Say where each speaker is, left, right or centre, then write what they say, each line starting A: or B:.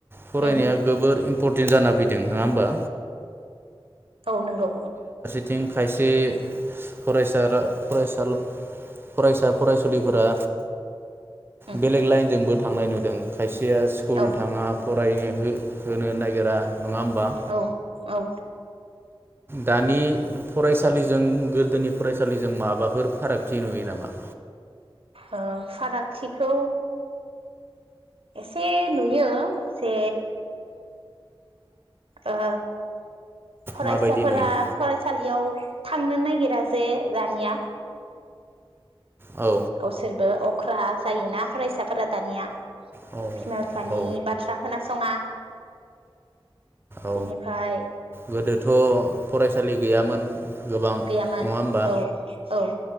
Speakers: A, on the right; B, on the right.
A: फरायनाया
B: उम
A: गोबोर। इम्परटेन्ट जाना फैदों नङा होमबा।
B: औ नंगौ।
A: थिं खायसे फरायसा फरायसा फरायसा फरायसुलिफोरा।
B: उम
A: बेलेग लाइनजोंबो। थांनाय नुदों। खायसेया स्कुल
B: औ
A: थाङा। फरायनो हो-होनो नागिरा। नङा होमबा
B: औ औ।
A: दानि फरायसालिजों गोदोनि फरायसालिजों माबाफोर फारागथि नुयो नामा?
B: ओ फारागथिखौ एसे नुयो जे ओ फरायसाफोरा
A: माबायदि नुयो
B: फरायसालियाव। थांनो नागिरा जे दानिया।
A: औ
B: गावसोरबो अ अख्रा जायोना फरायसाफोरा दानिया।
A: औ
B: बिमा बिफानि
A: औ
B: बाथ्रा खोनासङा।
A: औ
B: बेनिफ्राय
A: गोदोथ फरायसालि गैयामोन गोबां
B: गैयामोन
A: नङा होमबा।
B: औ औ ओं